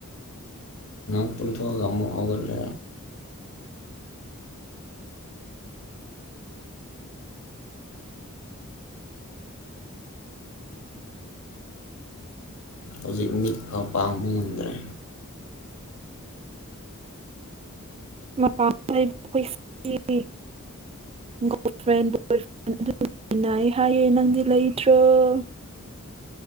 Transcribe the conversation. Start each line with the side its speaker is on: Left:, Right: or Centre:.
Left: ꯇꯨꯝꯊꯣꯛꯑꯒꯥ ꯑꯃꯨꯛ ꯍꯧꯒꯠꯂꯤ ꯍꯧꯖꯤꯛ ꯃꯤꯠ ꯐꯥꯎ ꯄꯥꯡꯕ ꯉꯝꯗ꯭ꯔꯦ
Right: ꯃꯄꯥꯥ <inaudible> ꯒꯥꯔꯜ ꯐ꯭ꯔꯦꯟ ꯕꯣꯏ ꯐ꯭ꯔꯦꯟ ꯑꯗꯨꯟꯅ ꯑꯩ ꯍꯥꯏꯌꯦ ꯅꯪꯗꯤ ꯂꯩꯇ꯭ꯔꯣ <inaudible> <unintelligible>